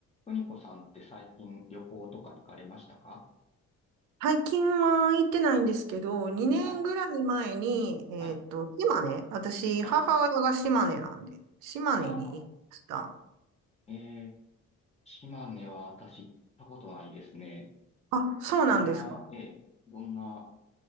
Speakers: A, on the left (about 20°); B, on the right (about 85°).
A: 邦子さんって最近旅行とか行かれましたか
B: 最近は行ってないんですけど、2年ぐらい前に、
A: はい、
B: えっと、
A: はい、
B: 島根、私、
A: はい。
B: 母親が島根なんで、島根に行きました。
A: ああ、えー、島根は私行ったことないですね。
B: あ、そうなんですか。
A: どんな、ええ、どんな、